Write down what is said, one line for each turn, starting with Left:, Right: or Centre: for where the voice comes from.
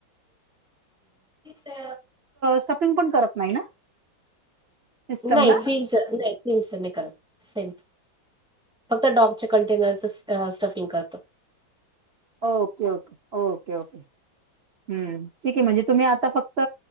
Centre: <unintelligible>
Right: स्टफिंग पण करत नाही ना? सिस्टमला
Centre: नाही. फीलच नाही. फिलच नाही करत. सेंट फक्त डॉकच्या कंटेनरचं स्टफिंग करतात.
Right: Okay okay. Okay okay. हम्म. ठीकए. म्हणजे तुम्ही आता फक्त